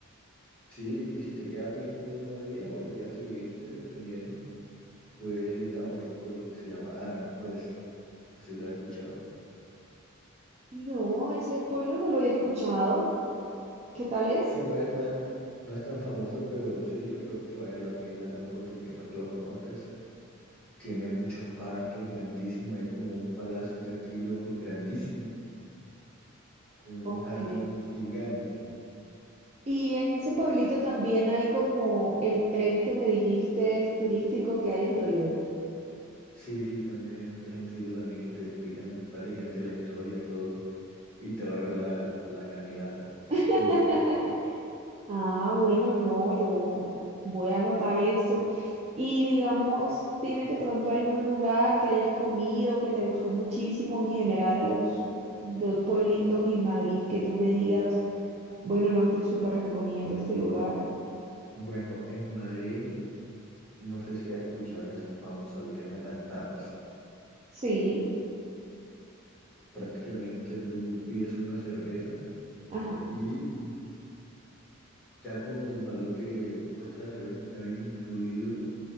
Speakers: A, in the centre; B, on the right.
A: Sí, y si te queda tiempo el mismo día o el día siguiente, dependiendo, puedes ir a otro pueblo que se llama Aranjuez, así lo he escuchado.
B: No, ese pueblo no lo había escuchado. ¿Qué tal es?
A: Sí, no es, no es, no es tan famoso, pero sí, yo creo que vale la pena darle una oportunidad para que lo conozcas. Tiene muchos parques grandísimos, hay como un palacio, un castillo grandísimo, con un
B: Ok.
A: jardín gigante
B: Y en ese pueblito también hay como el tren que me dijiste es turístico que hay en Toledo.
A: Sí, sí, también hay un trencito también que te explican prácticamente la historia, todo, y te ahorra la, la caminata.
B: <laughs>
A: Mm.
B: Ah, bueno, no, yo voy a anotar esto. Y digamos, ¿tienes de pronto algún lugar que hayas comido que te gustó muchísimo en general a los dos pueblitos y Madrid que tú me digas, bueno, no te súper recomiendo este lugar?
A: Bueno, en Madrid, no sé si has escuchado, ya son famosos el tema de las tapas.
B: Sí,
A: Prácticamente tú pides una cerveza
B: ajá,
A: y ya con el valor que cuesta la cerveza ya viene incluido